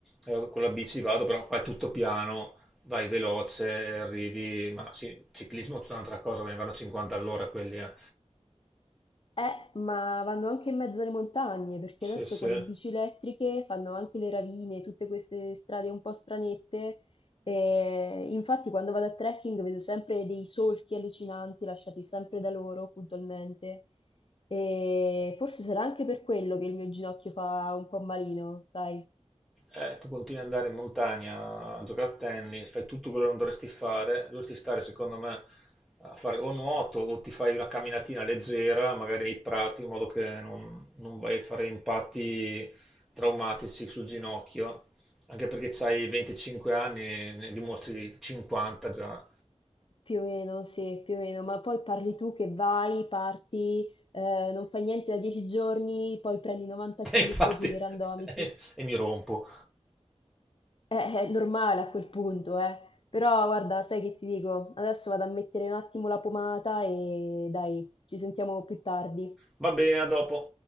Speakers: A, in the centre; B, on the left.
A: Allora, con la bici vado, però qua è tutto piano, vai veloce, e arrivi, ma sì, ciclismo è tutta un'altra cosa, ve ne vanno 50 all'ora quelli, eh.
B: Eh, ma vanno anche in mezzo alle montagne, perché
A: Sì,
B: adesso
A: sì.
B: con le bici elettriche fanno anche le ravine, tutte queste strade un po' stranette. E infatti, quando vado a trekking vedo sempre dei solchi allucinanti lasciati sempre da loro puntualmente. E forse sarà anche per quello che il mio ginocchio fa un po' malino, sai?
A: Eh, tu continui ad andare in montagna a giocare a tennis, fai tutto quello che non dovresti fare, dovresti stare, secondo me, a fare o nuoto o ti fai una camminatina leggera, magari nei prati, in modo che non, non vai a fare impatti traumatici sul ginocchio, anche perché hai 25 anni e ne dimostri 50 già.
B: Più o meno, sì, più o meno. Ma poi parli tu che vai, parti, eh, non fai niente da dieci giorni, poi prendi 90
A: <laughs>
B: kg
A: E infatti,
B: così, randomici.
A: <laughs> e mi rompo.
B: Eh, è normale a quel punto, eh. Però guarda, sai che ti dico? Adesso vado a mettere un attimo la pomata e dai, ci sentiamo più tardi.
A: Va bene, a dopo.